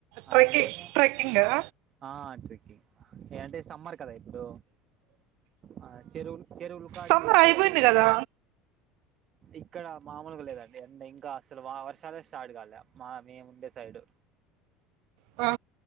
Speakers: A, on the right (about 40°); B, on the right (about 60°).
A: అట్లాంటే
B: ట్రెక్కింగ్ ట్రెక్కింగ్ ఆ
A: ఆ ట్రెక్కింగ్ అంటే సమ్మర్ కదా ఇప్పుడు ఆ చెరువులు చెరువులు కాడికి
B: సమ్మర్
A: ఎక్కువ
B: అయిపోయింది
A: వెళ్తుంటాం
B: కదా
A: ఇక్కడ మామూలుగా లేదండి అంటె ఇంకా అసలు వర్షాలే స్టార్ట్ కాలే మా మేము డిసైడు
B: ఆ